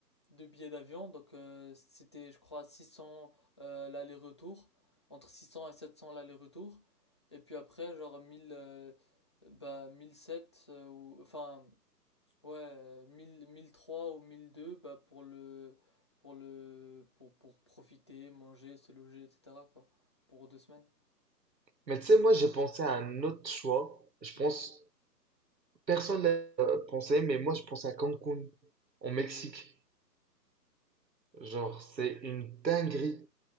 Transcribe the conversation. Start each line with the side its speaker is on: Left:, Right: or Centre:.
Left: de billets d'avion. Donc, euh, c'était, je crois, 600 euh, l'aller-retour. Entre 600 et 700 l'aller-retour. Et puis après, genre 1000 euh, bah, 1007, euh, ou, enfin, ouais, euh, mille mille trois ou 1002 bah, pour le, pour le, pour, pour profiter, manger, se loger, etc., quoi. Pour deux semaines,
Right: Mais tu sais, moi, j'ai pensé à un autre choix. Je
Left: du
Right: pense,
Left: moins.
Right: personne l'a euh, pensé, mais moi, je pense à Cancun, au Mexique. Genre, c'est une dinguerie.